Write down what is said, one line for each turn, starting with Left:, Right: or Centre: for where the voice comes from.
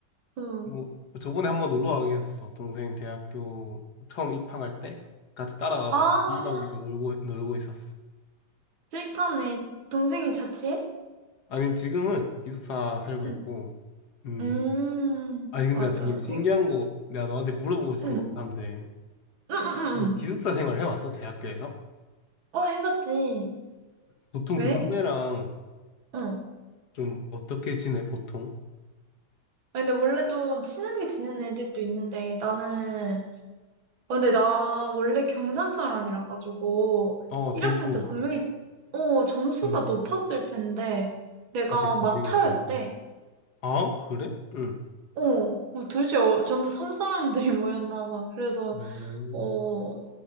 Right: 응.
Left: 뭐 저번에 한번 놀러 가긴 했었어. 동생 대학교 처음 입학할 때 같이 따라가서
Right: 아,
Left: 약간 1박 2일로 놀고 놀고 있었어.
Right: 스윗하네. 동생이 자취해?
Left: 아니 지금은 기숙사 살고
Right: 응.
Left: 있고 음.
Right: 음,
Left: 아니 근데
Right: 맞아.
Left: 나 되게 신기한
Right: 이, 응.
Left: 거 내가 너한테 물어보고 싶은
Right: 응,
Left: 거긴 한데
Right: 응, 응, 응.
Left: 너 기숙사 생활 해봤어? 대학교에서?
Right: 어, 해봤지.
Left: 보통
Right: 왜?
Left: 룸메랑
Right: 응.
Left: 좀 어떻게 지내 보통?
Right: 아, 근데 원래 좀 친하게 지내는 애들도 있는데, 나는, 어, 근데 나 원래 경산 사람이라 가지고,
Left: 어
Right: 1학년
Left: 대구
Right: 때 아, 분명히, 그래? 어, 점수가
Left: 응
Right: 높았을 텐데, 내가
Left: 그치 공비가
Right: 막타였대.
Left: 있으니까 아 그래? 응
Right: 어, 뭐 도대체 어- 전부 섬 사람들이 <laughs> 모였나 봐. 그래서,
Left: 음,
Right: 어,